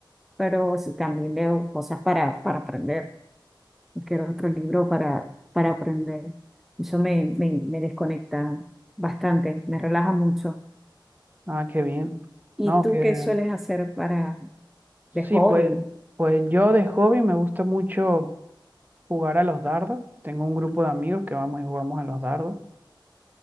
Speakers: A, in the centre; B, on the right (about 20°).
A: pero sí también leo cosas para, para aprender. Quiero otro libro para, para aprender. Eso me, me, me desconecta bastante, me relaja mucho.
B: Ah, qué bien.
A: ¿Y
B: No,
A: tú
B: que
A: qué sueles hacer para
B: sí,
A: de hobby?
B: pues, pues yo de hobby me gusta mucho jugar a los dardos. Tengo un grupo de amigos que vamos y jugamos a los dardos.